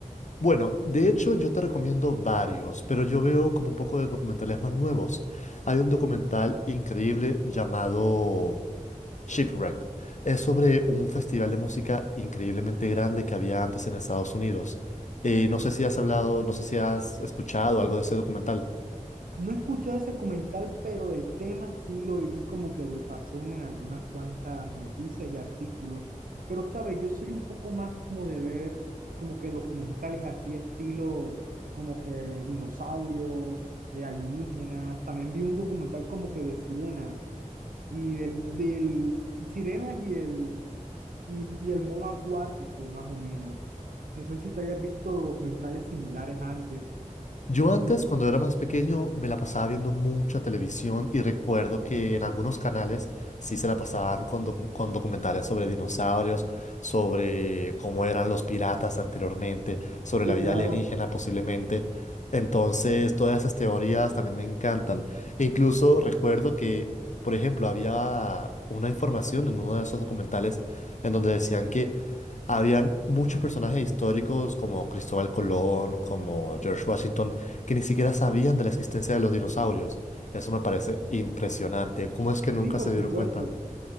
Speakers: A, on the left (about 60°); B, on the right (about 85°).
A: Bueno, de hecho yo te recomiendo varios, pero yo veo como un poco de documentales más nuevos. Hay un documental increíble llamado Shipwrecked. Es sobre un festival de música increíblemente grande que había antes en Estados Unidos. Eh, no sé si has hablado, no sé si has escuchado algo de ese documental.
B: No he escuchado ese documental, pero el tema sí lo vi como que de pasó en algunas cuantas noticias y artículos. Pero, ¿sabes? Yo soy un poco más como de ver como que documentales así, estilo como que dinosaurios, eh, alienígenas. También vi un documental como que de sirenas y del, del sirenas y el, y, y el mono acuático, más o menos. No sé si te hayas visto documentales similares antes.
A: Yo antes, cuando era más pequeño, me la pasaba viendo mucha televisión y recuerdo que en algunos canales sí se la pasaban con, docu- con documentales sobre dinosaurios, sobre cómo eran los piratas anteriormente, sobre
B: Sí,
A: la vida
B: claro.
A: alienígena posiblemente. Entonces, todas esas teorías también me encantan. E incluso recuerdo que, por ejemplo, había una información en uno de esos documentales en donde decían que habían muchos personajes históricos como Cristóbal Colón, como George Washington, que ni siquiera sabían de la existencia de los dinosaurios. Eso me parece impresionante. ¿Cómo es que
B: Sí,
A: nunca
B: por
A: se dieron
B: supuesto.
A: cuenta?